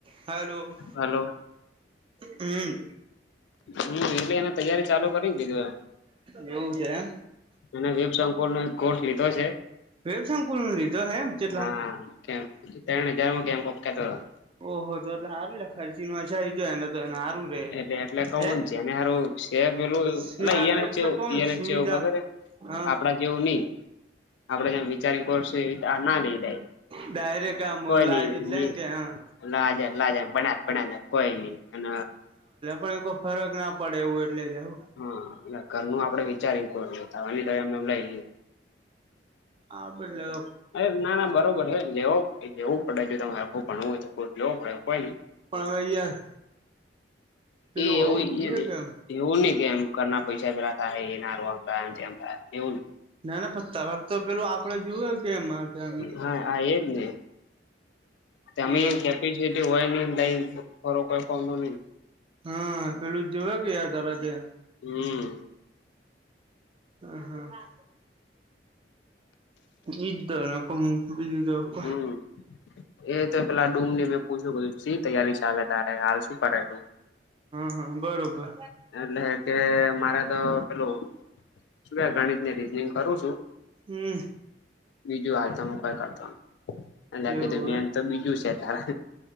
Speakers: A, on the right; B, on the left.
A: Hello
B: hello
A: હમ્મ.
B: હમ્મ એટલે એને તૈયારી ચાલુ કરી કીધું એમ.
A: એવું છે એમ?
B: અને વેબ સંકોલનો એક કોર્સ લીધો છે
A: વેબશંકુલ નો લીધો હે એમ ચેટલા
B: હા. કેમ ત્રણ હજારમાં ગૈમ કોક થતો હતો.
A: ઓહો તો તો હારું લખાયું શીમાક આઈ એને તો હાથ રું રે
B: એટલે એટલે કવું
A: હે
B: જેને હારું છે પેલું
A: શી
B: એટલે
A: આવે
B: એને
A: એટલે
B: ચેવું
A: કોણ
B: એને
A: સુવિધા.
B: ચેવું ખબર હે
A: હ.
B: આપડા જેવું ની. આપડે જેમ વિચારી કોર્સ એવી રીતના ના લઈ લેય
A: ડાયરેક્ટ આમ
B: કોઈ
A: લાજુ
B: ની
A: જ
B: ની
A: લઈને કે હા
B: લાજ લાજા ભણાય ભણાયને કોઈ ની એન
A: પણને કો ફરક ના પડે એવું એટલે જાવ.
B: હા એટલે ઘરનું આપડે વિચાર કોડયો થવાનુ ની તો એમને એમ લઈ લે.
A: આ બલો
B: અરે ના ના બરોબર હે લેવો લેવું પડે તમાર આખું ભણવું હોય તો કોર્સ લેવો પડે કોઈ ની.
A: પણ હવે યાર પેલું
B: એ એવું
A: હોવું
B: એ
A: જ જોઈએ
B: નહીં
A: કેમ
B: એવું નહીં કેમ ઘરના પૈસા જરાક આય એના હારુ આમા જામા એવું નહીં.
A: ના ના પન તારામ તો પેલું આપડે જોએ કે માર મતલબ
B: હા આ એજ ને તમે
A: હા
B: એ કે પિસીટી હોય નઈ લઈ ફરો કોઈ કોમનુ નહીં.
A: હા પેલું જ જોવા કે યાર તારા ત્યાં.
B: હમ્મ.
A: હ હા ઈધ ન કોમ બીજું તો બ
B: હમ એ તો પેલા ડૂમની મેં પૂછું શી તૈયારી ચાલે તારે હાલ શું કરે તું?
A: હ હ બરોબર.
B: એટલે કે મારે તો પેલું શું કે ગણિત ની રીજનિંગ કરવું છું.
A: હમ.
B: બીજું હાલ તો કઈ કરતો એટલે કે
A: એવું
B: જે મેન તો બીજું છે તારે.